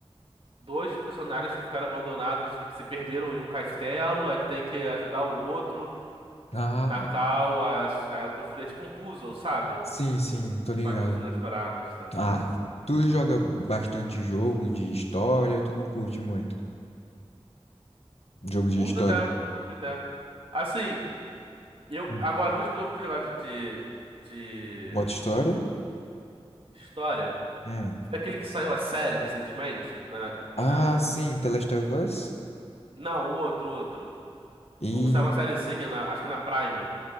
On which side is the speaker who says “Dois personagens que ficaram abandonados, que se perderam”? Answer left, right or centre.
Right